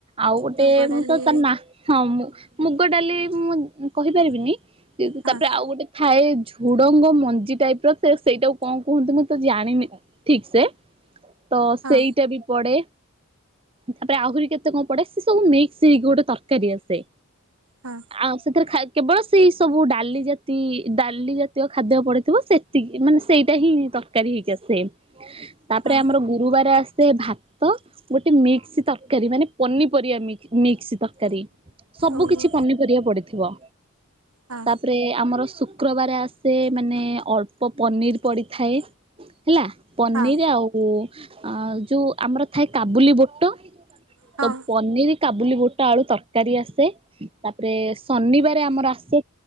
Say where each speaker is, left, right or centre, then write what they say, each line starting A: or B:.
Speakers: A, on the right (about 25°); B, on the right (about 85°).
A: ଆଉ ଗୋଟେ
B: ମୁଗ ଡାଲି
A: ମୁଁ ତ ତା ନା ହଁ ମୁ ମୁଗ ଡାଲି ମୁଁ କହିପାରିବିନି କିତୁ
B: ହଁ
A: ତାପରେ ଆଉ ଗୋଟେ ଥାଏ ଝୁଡଙ୍ଗ ମଞ୍ଜି ଟାଇପର ସେ ସେଇଟାକୁ କଣ କୁହନ୍ତି ମୁଁ ତ ଜାଣିନି ଠିକସେ ତ
B: ହଁ
A: ସେଇଟା ବି ପଡେ। ତାପରେ ଆହୁରି କେତେ କଣ ପଡେ ସେ ସବୁ ମିକ୍ସ ହେଇକି ଗୋଟେ ତରକାରୀ ଆସେ।
B: ହଁ।
A: ଆ ସେଥିରେ ଖାଇ କେବଳ ସେଇ ସବୁ ଡାଲି ଜାତି ଡାଲି ଜାତୀୟ ଖାଦ୍ୟ ପଡିଥିବ ସେ ତିକି ମାନେ ସେଇଟା ହିଁ ତରକାରୀ ହେଇକି ଆସେ ତାପରେ
B: ହଁ
A: ଆମର ଗୁରୁବାର ଆସେ ଭା ତ ଗୋଟେ ମିକ୍ସି ତରକାରୀ ମାନେ ପନିପରିବା ମିକ୍ ମିକ୍ସି ତର କାରୀ ସବୁ
B: ଓହୋ
A: କିଛି ପନିପରିବା ପଡିଥିବ
B: ହଁ
A: ତାପ ରେ ଆମର ଶୁକ୍ରବାରେ ଆସେ ମାନେ ଅଳ୍ପ ପନିର୍ ପଡ଼ିଥାଏ। ହେଲା ପନିର୍
B: ହଁ
A: ଆଉ ଯୋଉ ଆମର ଥାଏ କାବୁଲି ବୋ ଟ
B: ହଁ
A: ତ ପନିର୍ କାବୁଲି ବୋଟ ଆଳୁ ତରକାରୀ ଆସେ। ତାପରେ ଶନିବାରେ ଆମର ଆସେ